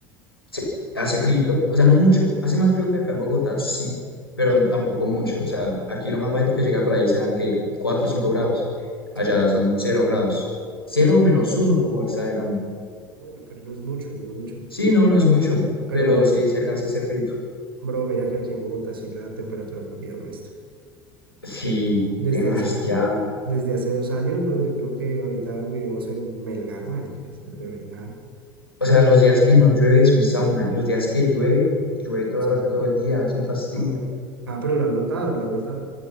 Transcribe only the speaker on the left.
se- hace frío, o sea, no mucho, hace más frío que acá en Bogotá, sí, pero tampoco mucho. O sea, aquí lo más bajito que llega por ahí serán que 4 o 5 grados. Allá
son cero grados. cero o menos uno como exagerando.
Sí, no, no es mucho,
pero
sí, se alcanza a hacer frío.
Sí,
demasiado.
O sea, los días que no llueve es un sauna y los días que llueve, llueve
toda la- todo el día, es un fastidio.